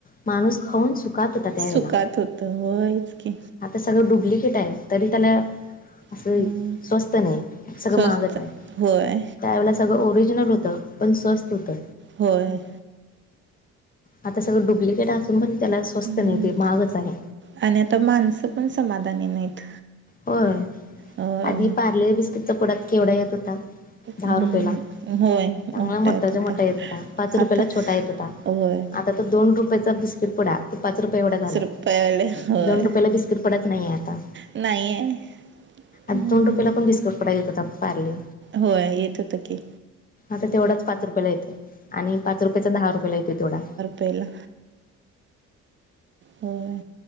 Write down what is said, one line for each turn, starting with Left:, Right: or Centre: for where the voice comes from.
Left: माणूस खाऊन सुख कात होता त्यावेळला.
Right: सुकात होत होयच की
Left: आता सगळं डुप्लिकेट आहे तरी त्याला असं
Right: हम्म
Left: स्वस्त नाही. सगळं
Right: स्वस्त
Left: महागच आहे
Right: होय
Left: त्यावेळेला सगळं ओरिजनल होतं पण स्वस्त होतं.
Right: होय.
Left: आता सगळं डुप्लिकेट असून पण त्याला स्वस्त
Right: हम्म.
Left: नाही ते महागच आहे.
Right: आणि आता माणसं पण समाधानी नाहीत.
Left: होय
Right: होय
Left: आधी पार्ले बिस्किटचा पुडा केवढा येत होता. दहा
Right: हम्म
Left: रुपययाला चांगला
Right: होय मोठ्यात
Left: मोठ्याचा मोठा
Right: आता
Left: येत होता पाच रुपयाेला
Right: आता
Left: छोटा येत होता.
Right: होय.
Left: आता त दोन रुपयाचा बिस्कीट पुडा. त पाच रुपये एवढा झालाय
Right: रुपयावाले होय
Left: दोन रुपयाला बिस्किट पडत नाहीये आता.
Right: नाही आहे. हम्म
Left: आधी दोन रुपयाला पण बिस्कुट पुडा येत होता पारले.
Right: होय येत होत की.
Left: आता तेवढाच पाच रुपयाेला येतोय आणि पाच रुपयाचा दहा रुपयाला येतोय तेवढा.
Right: पहिला. होय